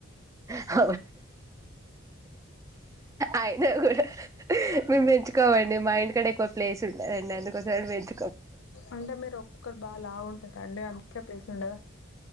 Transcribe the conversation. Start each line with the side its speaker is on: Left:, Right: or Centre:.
Right: అ అయిన కూడా మేము మంచు కోమండి మా ఇంటి కడ ఎకువ ప్లేస్ ఉండ దండి అందుకోసం అని వేచ్
Left: అంటే మీరు ఒక్కొక్కరు బా లావుఉంటారా అండి అన్ కే ప్లేస్ ఉండదా